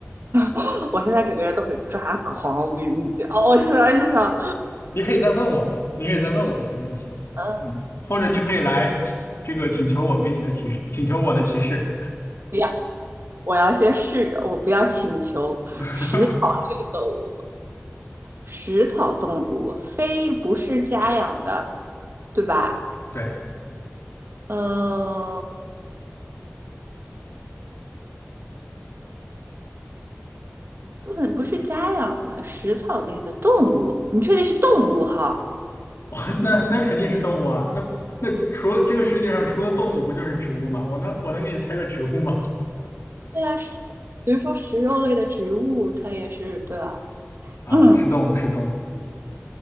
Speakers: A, on the right; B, on the left.
A: <laughs> 我现在整个人都很抓狂，我跟你讲，哦，我现在就想，
B: 你可以再问我嘛，你可以再问我一些问题嘛，
A: 嗯，
B: 嗯，或者你可以来请这个请求我给你的提示，请求我的提示。
A: 不要，我要先试着，我不要请求食草类动物，
B: <laughs>
A: 食草动物，非不是家养的，对吧？
B: 对。
A: 嗯，不能不是家养的食草类的动物，你确定是动物哈？
B: <laughs> 哇，那那肯定是动物啊，那那除了这个世界上除了动物不就是植物吗？我能我能给你猜个植物吗？
A: 对啊，食比如说食肉类的植物，它也是对吧？
B: <laughs> 啊，
A: 嗯，
B: 是动物，是动物。